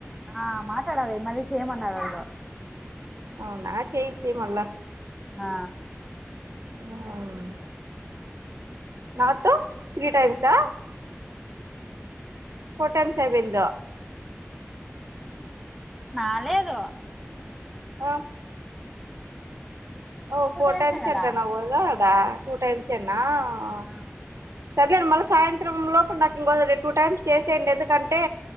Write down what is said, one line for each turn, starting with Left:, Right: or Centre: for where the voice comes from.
Centre: ఆ మాట్లాడాలి మళ్ళి చేయమన్నారుారో
Right: అవునా చేయిచ్చే మళ్ళ
Centre: ఆ
Right: ఆ నాతో త్రీ టైమ్సా ఫోటం సవెన్ దొ
Centre: నాలేదు
Right: ఆ ఓ
Centre: టూ
Right: ఫోర్
Centre: టైమ్సే
Right: టైమ్స్
Centre: కదా
Right: ఏంటనవవుోద అడా టూ టైమ్స్ ఏనా హ
Centre: ఆ,
Right: సర్లే మల సాయంత్రం లోపు నాకు ఇంకొ ర టూ టైమ్స్ చేసేయంండి ఎందుకంటే